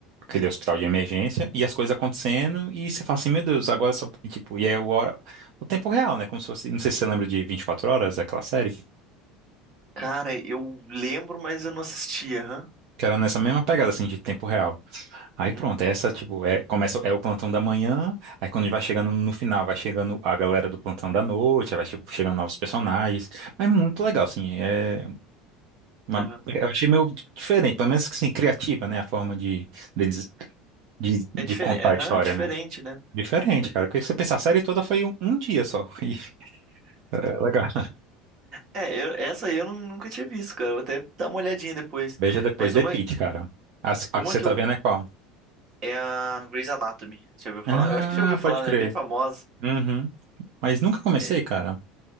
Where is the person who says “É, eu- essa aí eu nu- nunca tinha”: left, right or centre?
Right